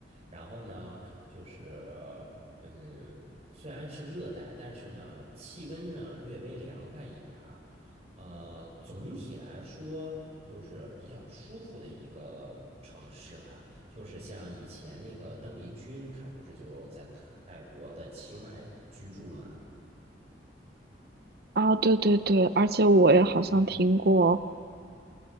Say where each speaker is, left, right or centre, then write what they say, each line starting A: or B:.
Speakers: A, on the right (about 35°); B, on the right (about 60°).
A: 然后呢，就是嗯，虽然是热带，但是呢，气温呢略微凉快一点儿。呃，总体来说就是比较舒服的一个城市吧。就是像以前那个邓丽君，她不是就在泰国的清迈居住嘛？
B: 啊，对对对，而且我也好像听过，
A: 嗯，